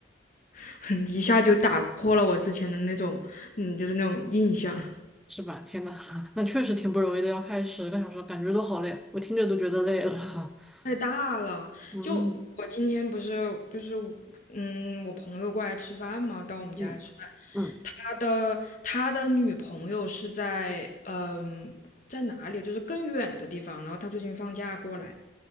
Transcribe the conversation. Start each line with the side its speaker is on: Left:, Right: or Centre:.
Left: <laughs> 一下就打破了我之前的那种，嗯，就是那种印象。
Centre: 是吧？天呐，<laughs> 那确实挺不容易的，要开十个小时，感觉都好累，我听着都觉得累了。<laughs>
Left: 太大了。
Centre: 嗯
Left: 就我今天不是就是嗯，我朋友过来吃饭嘛，到我们家来吃饭。
Centre: 嗯嗯，
Left: 他的他的女朋友是在嗯、在哪里？就是更远的地方。然后他最近放假过来，